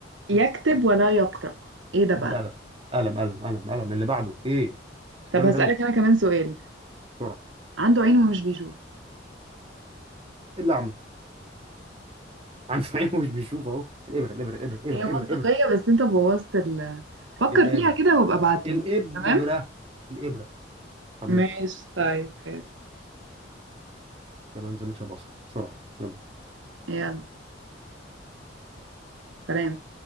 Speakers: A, on the right; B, on the right.
A: يكتب ولا يقرأ ايه ده بقى
B: القلم قلم قلم قلم قلم اللي بعده ايه انت فاكرني
A: طب هسألك
B: غبي
A: أنا كمان سؤال
B: بسرعه
A: عنده عين ومش بيشوف
B: الاعمى عنده <laughs> عين مش بيشوف اهو الابره الابره الابره
A: هي
B: الابره
A: منطقية
B: الابره
A: بس انت بوظت ال فكر
B: الابره
A: فيها كده وابقى ابعتلي
B: الابره
A: تمام
B: الابره طب
A: ماشي
B: ماشي
A: طيب حلو
B: يلا ننزل نشرب عصير بسرعه يلا
A: يلا سلام